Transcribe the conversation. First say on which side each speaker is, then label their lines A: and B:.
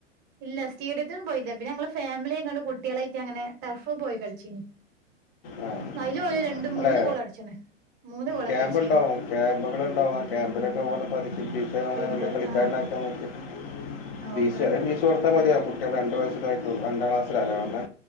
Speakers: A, on the right; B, on the left.
A: ഇല്ല സ്റ്റേഡിയത്തിം പോയില്ല പിന്നെ ഞങ്ങള് ഫാമിലിയായിങ്ങണ്ട് കുട്ടിളായിട്ട് അങ്ങനെ ടർഫ് പോയി കളിചിനി
B: ആ
A: അയില് ഓല് രണ്ട്‌
B: അല്ലേ
A: മൂന്ന് ഗോള് അടിച്ച്ണ് മൂന്ന് ഗോളൊക്കെ
B: ക്യാമ്പ്
A: അടിച്ച്ണ്
B: ഇണ്ടാവും ക്യാമ്പ്കള്ണ്ടാവും ആ ക്യാമ്പിലൊക്കൊ ഓനെ പഠിപ്പിച്ചേട്ടാ ഓനെ
A: കേമ്പിള്
B: വല്യകളിക്കാരനാക്കാ
A: ആഹ്
B: പറ്റും ഫീസ്
A: ഓക്കെ
B: ചെറയെ ഫീസ് കൊടുത്താൽ മതിയോ കുട്ടിക രണ്ട്‌ വയസ്സക്കെയിട്ട് രണ്ടാം ക്ലാസ്സിലാ ല്ലേ വേണ്ടേ